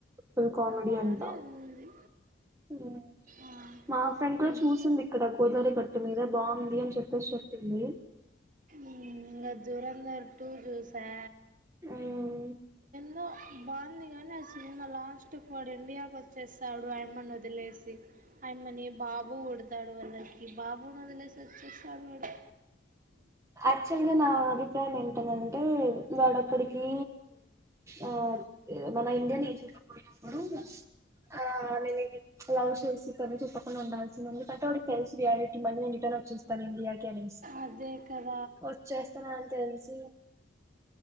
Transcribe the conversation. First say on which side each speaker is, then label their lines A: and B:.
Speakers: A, on the right (about 15°); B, on the right (about 45°).
A: ఫుల్ కామెడీ
B: బాగానే
A: అంత
B: ఉంది
A: ఊ
B: ఆ,
A: మా ఫ్రెండ్ కూడా
B: ఇం-
A: చూసింది ఇక్కడ గోదావరి గట్టు మీద బాగుంది అని చెప్పేసి చెప్పింది
B: ఊ ఇంకా జుగంధర్ టు చూసా
A: మ్మ్
B: సో బాగుంది కానీ ఆ సినిమా లాస్ట్ వాడు ఇండియాకు వచ్చేస్తాడు అయమను వదిలేసి అయమని బాబు వుడతాడు వాళ్ళకి బాబుని వదిలేసి వచ్చేస్తాడు వాడు
A: ఆక్చుల్గా నా అభిప్రాయం ఏంటిదంటే వాడక్కడికి ఆ మన ఇండిని కింద పోయినపుడు ఆ నిను గిట్ లవ్ చేసి తను చెప్పకుండా ఉండాల్సింది ఎందుకంటే వాడికి తెలుసు రియాలిటీ మళ్ళి నేను రిటర్న్ వచ్చస్తాను ఇండియాకి అని.
B: అదే కద్
A: వచ్చేస్తన్నాన్ తెలిసి